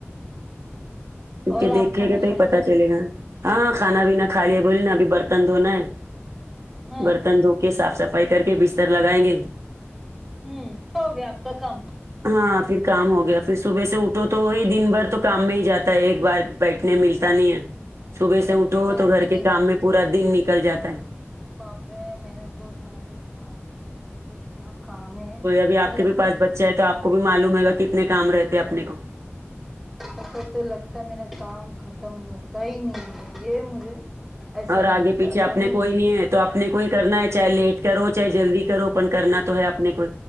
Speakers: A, on the right; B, in the centre.
A: کیونکہ
B: اور
A: دیکھے
B: آپ کھانا
A: گے تو
B: کھا
A: ہی
B: لیے
A: پتا چلے گا ہاں کھانا پینا کھا لیا بولی نا ابھی برتن دھونا ہے
B: ہاں
A: برتن دھو کے صاف سفائی کر کے بستر لگائیں گے
B: ہوں ہو گیا آپ کا کام
A: ہاں پھر کام ہو گیا پھر صبح سے اٹھو تو وہی دن بھر تو کام میں ہی جاتا ہے ایک بار بیٹھنے ملتا نہیں ہے صبح سے اٹھو
B: بیٹھنے
A: تو گھر
B: نہیں
A: کے کام میں پورا دن نکل جاتا ہے
B: باپ رے میرے کو میں تو کیا بولوں تو اتنا کام ہے ایسا
A: کوئی ابھی آپ
B: لگتا
A: کے بھی پاس
B: ہے
A: بچہ
B: کہ
A: تو آپ کو بھی معلوم ہے گا کتنے کام رہتے اپنے کو
B: ایسا تو لگتا ہے میرا کام ختم ہوتا ہی نہیں ہے یہ مجھے ایسے
A: اور آگے
B: لگتا
A: پیچھے
B: ہے
A: اپنے
B: معلوم
A: کوئی نہیں ہے تو اپنے کو ہی کرنا ہے چاہے لیٹ کرو چاہے جلدی کرو اپن کرنا تو ہے اپنے کو